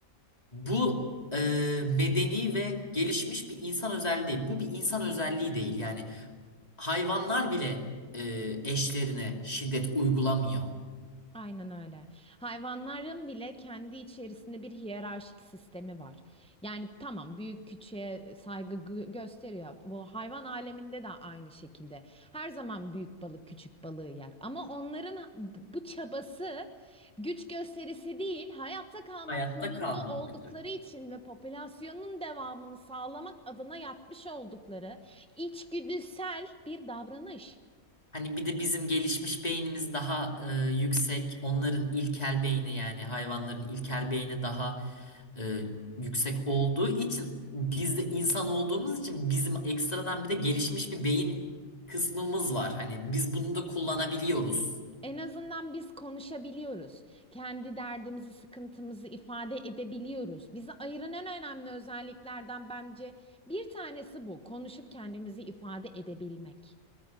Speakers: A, on the left; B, in the centre.
A: Bu e, medeni ve gelişmiş bir insan özelliği değil. Bu bir insan özelliği değil. Yani hayvanlar bile e, eşlerine şiddet uygulamıyor.
B: Aynen öyle. Hayvanların bile kendi içerisinde bir hiyerarşik sistemi var. Yani tamam büyük küçüğe saygı gö- gösteriyor. Bu hayvan aleminde de aynı şekilde. Her zaman büyük balık küçük balığı yer. Ama onların ha- bu çabası güç gösterisi değil, hayatta kalmak
A: Hayatta
B: zorunda
A: kalma
B: oldukları
A: amacı.
B: için ve popülasyonun devamını sağlamak adına yapmış oldukları içgüdüsel bir davranış.
A: Hani bir de bizim gelişmiş beynimiz daha e, yüksek. Onların ilkel beyni yani hayvanların ilkel beyni daha e, yüksek olduğu için biz de insan olduğumuz için bizim ekstradan bir de gelişmiş bir beyin kısmımız var. Hani biz bunu da kullanabiliyoruz.
B: En azından biz konuşabiliyoruz. Kendi derdimizi, sıkıntımızı ifade edebiliyoruz. Bizi ayıran en önemli özelliklerden bence bir tanesi bu. Konuşup kendimizi ifade edebilmek.